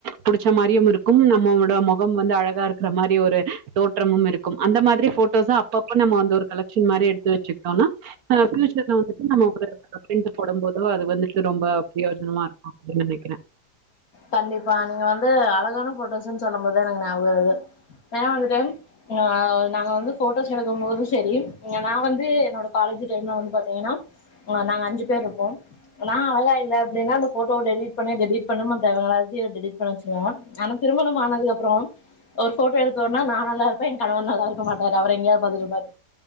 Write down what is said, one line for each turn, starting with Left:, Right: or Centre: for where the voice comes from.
Right: புடிச்ச மாரியு இருக்கு நம்மோட முகம் வந்து அழகா இருக்கிற மாரி ஒரு தோற்றமும் இருக்கு அந்த மாதிரி அந்த மாரி ஃபோட்டோஸ அப்ப அப்ப நம்ம வந்து ஒரு சமாரி எடுத்து வச்சுக்கு எடுத்தோனா ஆ பியூச்சர்ல வந்துட்டு நம்ம ப்ரிண்ட் போடும்போது அது வந்துட்டு ரொம்ப பிரயோஜனமா இருக்கு அப்டின்னு நினைக்கிறே
Left: கண்டிப்பா நீங்க வந்து அழகான ஃபோட்டோஸுனு சொல்லும்போது எனக்கு ஞாபகோ வருது ஏன்னா வந்துட்டு அ நாங்க வந்து ஃபோட்டோஸ் எடுக்கும்போது சரி இங்க நா வந்து என்னோட காலேஜ் டைம்ல வந்து பாத்தீங்கன்னா நாங்க அஞ்சு பேர் இருப்போ நா அழகா இல்ல அப்டினா ஃபோட்டோவ டெலிட் பண்ணு டெலிட் பண்ணும <unintelligible> டெலிட் பன்ன சொல்லுவோ ஆனா திருமணம் ஆனதுக்கப்புறோ ஒரு ஃபோட்டோ எடுத்தோனா நா நல்லா இருப்பே எ கணவர் நல்லா இருக்க மாட்டாரு அவரு எங்காவ் பாத்துன்ருப்பாரு